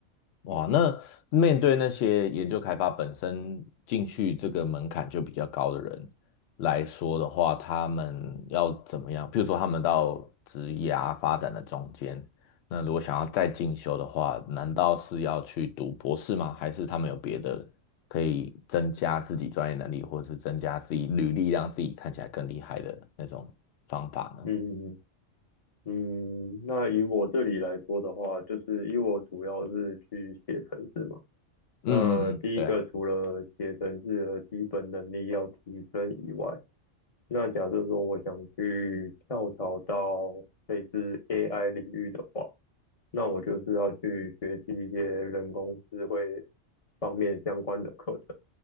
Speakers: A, on the left; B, on the left.
A: 哇，那面对那些研究开发本身进去这个门槛就比较高的人来说的话，他们要怎么样？譬如说，他们到职涯发展的中间，那如果想要再进修的话，难道是要去读博士吗？还是他们有别的可以增加自己专业能力，或者是增加自己履历，让自己看起来更厉害的那种方法呢？
B: 嗯嗯，那以我这里来说的话，就是因为我主要是去写程式嘛。
A: 嗯嗯嗯，
B: 那第一个除了写程式的基本能力要提升以外，
A: 对啊。
B: 那假设说我想去跳槽到类似 AI 领域的话，那我就是要去学习一些人工智慧方面相关的课程。